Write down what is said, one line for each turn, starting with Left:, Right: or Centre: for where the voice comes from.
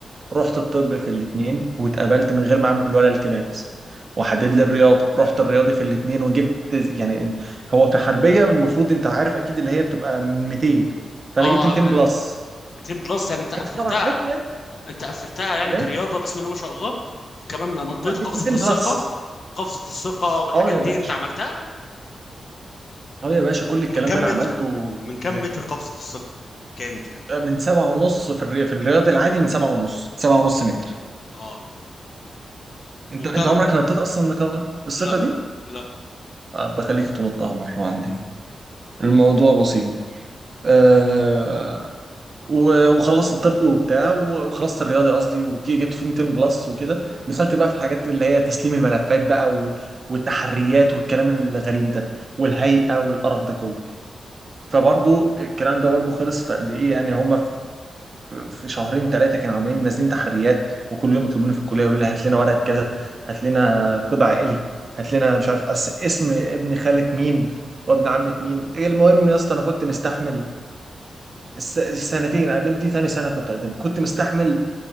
Right: رحت الطب في الاتنين واتقبلت من غير ما اعمل ولا التماس وحدد لي الرياضي رحت الرياضي في الاتنين وجبت يعني هو في حربية المفروض انت عارف اكيد اللي هي بتبقى من 200 فانا
Left: اه
Right: جبت 200 بلس
Left: 200 بلس يعني انت قفلتها
Right: انت طبعا عارفني يعني
Left: انت قفلتها يعني
Right: إيه؟
Left: كرياضه بسم الله ما شاء الله وكمان نطيت
Right: آه، جبت
Left: قفزه
Right: 200
Left: الثقه
Right: بلس
Left: قفزه الثقه والحاجات
Right: اه يا باشا
Left: دي انت عملتها
Right: اه يا باشا كل الكلام
Left: من كم
Right: ده انا
Left: متر
Right: عملته
Left: من كم
Right: يعني
Left: متر قفزة الثقة كانت يعني
Right: آه، من سبعة ونص في الري... في الرياض العادي من سبعة ونص سبعة ونص متر
Left: اه
Right: انت
Left: وبتعرف
Right: انت عمرك نطيت اصلا النقابة الثقة
Left: لا
Right: دي
Left: لا
Right: آه، بخليك تنطها مرة عندي الموضوع بسيط آه و- وخلصت الطبي وبتاع وخلصت الرياضي قصدي وجبت فيه 200 بلس وكده دخلت بقى في الحاجات اللي هي تسليم الملفات بقى وال- والتحريات والكلام الغريب ده والهيئة والقرف ده كله فبرضو الكلام ده برضو خلص في قد ايه يعني هما في شهرين ثلاثه كانوا عمالين نازلين تحريات وكل يوم يطلبوني في الكليه يقولوا لي هات لنا ورقه كذا هات لنا قطع عائلي هات لنا مش عارف أس... اسم ابن خالة مين وابن عمة مين ايه المهم يا اسطى انا كنت مستحمل الس... السنتين قدم دي تاني سنه كنت قدم كنت مستحمل